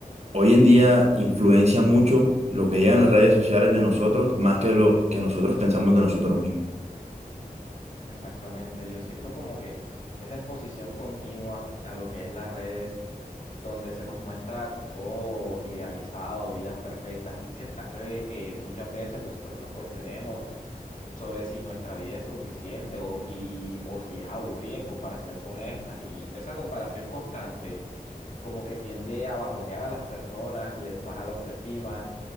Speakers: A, on the right; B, on the left.
A: hoy en día influencia mucho lo que llega las redes sociales de nosotros más que lo que nosotros pensamos de nosotros mismos.
B: Exactamente, yo siento como que esa exposición continua a lo que es las redes, donde se nos muestra todo idealizado, vidas perfectas, hace que, hace de que muchas veces nosotros nos cuestionemos sobre si nuestra vida es suficiente o, y, o si es aburrida en comparación con estas. Y esa comparación constante como que tiende a bajonear a las personas, les baja la autoestima